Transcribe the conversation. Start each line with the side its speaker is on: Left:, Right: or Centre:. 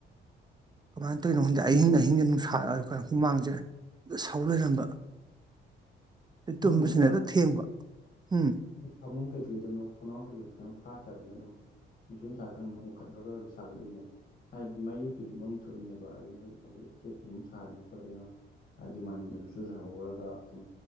Right: ꯀꯃꯥꯏꯅ ꯇꯧꯔꯤꯅꯣꯈꯪꯗ‌ꯦ ꯑꯍꯤꯡ ꯑꯍꯤꯡꯖ‌ꯦ ꯅꯨꯡꯁꯥ ꯔꯛꯑ ꯀ <unintelligible> ꯍꯨꯃꯥꯡꯁꯦ ꯍ‌ꯦꯛꯇ ꯁꯧ ꯂꯩꯔꯝꯕ
Left: <inaudible>
Right: ꯑꯗꯩ
Left: ꯅꯣꯏꯒꯤ
Right: ꯇꯨꯝꯕꯁꯤꯅ ꯍꯦꯛꯇ ꯊꯦꯡꯕ ꯍꯝ
Left: ꯐꯥꯃꯨꯡ ꯀꯩꯀꯩꯗꯣ ꯊꯣꯡꯅꯥꯎ ꯀꯩꯀꯩ ꯐꯖꯅ ꯐꯥꯠꯇꯕꯅꯤꯅ ꯑꯗꯨꯝ ꯅꯨꯡꯁꯤꯠ ꯅꯨꯡꯁꯥꯆꯪꯗꯅ ꯎꯡꯈꯠꯂꯒ ꯁꯥꯒꯠꯂꯤꯅꯦꯕ꯫ ꯍꯥꯏꯕꯗꯤ ꯃꯌꯦꯛꯀꯤꯗꯤꯡ ꯃꯝ ꯊꯣꯛꯏꯅꯦꯕ ꯑꯗ ꯅꯣꯏ ꯍꯥꯏꯗꯤ ꯆꯦꯛ ꯑꯗꯨꯝ ꯁꯥꯗꯅ ꯈꯣꯠꯇꯅ ꯍꯥꯏꯗꯤ ꯃꯅꯗꯨꯁꯨ ꯁꯣꯏ ꯂꯩꯍꯧꯔꯒ ꯑꯗꯨꯝ